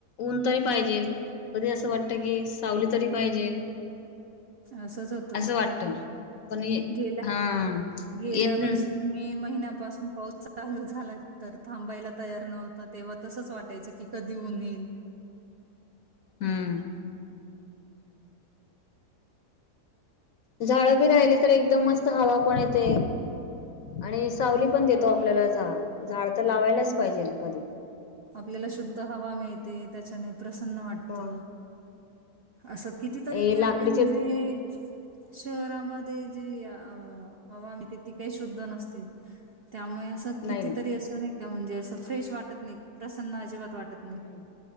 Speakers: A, on the left; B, on the right.
A: ऊन तरी पाहिजेल कधी असं वाटत की सावली तरी पाहिजेल,
B: असच होत
A: असं वाटतं पण ये
B: गेल्या
A: हा
B: गेल्या
A: येत ना.
B: वर्षी मे महिन्यापासून पाऊस चाल चालू झाला तर थांबायला तयार नव्हत तेव्हा तसच वाटायचं कि कधी ऊन येईल,
A: हम्म झाड बी राहिली तर एकदम मस्त हवा पण येते आणि सावली पण देतो आपल्याला झाड झाड तर लावायलाच
B: हो
A: पाहिजे कधी
B: आपल्याला
A: हम्म
B: शुद्ध हवा मिळते. ते त्याच्याने प्रसन्न वाटत,
A: मग
B: असं कितीतरी
A: हे लाकडीचे
B: आपले म्हणजे, शहरामध्ये जी अ हवामीेत ती काही शुद्ध नसते. त्यामुळे असं
A: नाही
B: कितीतरी
A: ना
B: असं म्हणजे असं फ्रेश वाटत नाही प्रसन्न अजिबात वाटत नाही
A: हम्म